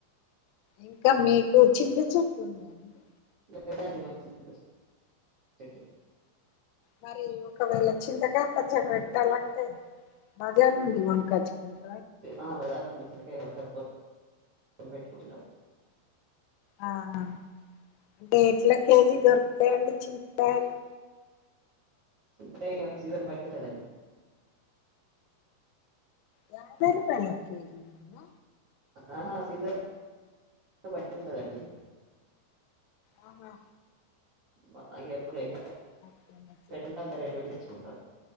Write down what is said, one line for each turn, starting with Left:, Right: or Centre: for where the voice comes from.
Left: ఇంకా మీకు చింత చెట్లు ఉన్నాయండి
Right: లేదండి మాకు చింత చెట్లు
Left: మరి ఒకవేళ చింతకాయ పచ్చడ పెట్టాలంటే మద్దుల నుండి కొనుకోచుకున్న
Right: ఆ బజార్ నుండి చింతకాయ కొనుకొచ్చుకొని పెట్టుకుంటాం
Left: ఆ ఆ అంటే ఎట్ల కేజీ దొరుకుతాయిండి చింతకాయలు
Right: చింతకాయ అప్పుడు సీజన్ బట్టి ఉంటది అండి
Left: దాదరి పల్లకి మేము
Right: ఆహా సీజన్ జన్ బట్టి ఉంటదండి
Left: ఆహా
Right: వాటా ఇగ ఎప్పుడు ఎంత
Left: ఓకే నోచ్చింది
Right: రేట్ ఉంటే అంత రేట్ పెట్టి తెచ్చుకుంటాం.